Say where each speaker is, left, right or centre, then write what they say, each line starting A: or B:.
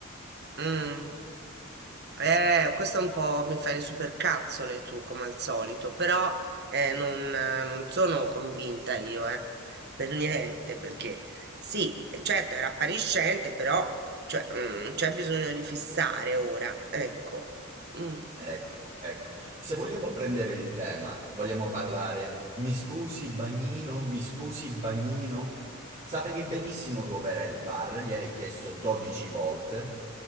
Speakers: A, on the right; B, on the right.
A: Mm. Eh, questo un po' mi fai le supercazzole tu, come al solito, però eh, non, eh, non sono convinta io, eh, per niente, perché sì, eh, certo era appariscente, però cioè, mm, c'è bisogno di fissare ora, ecco. Mm.
B: Ecco, ecco. Se vogliamo prendere il tema, vogliamo parlare, mi scusi bagnino, mi scusi bagnino. Sapevi benissimo dove era il bar, gliel'hai chiesto 12 volte.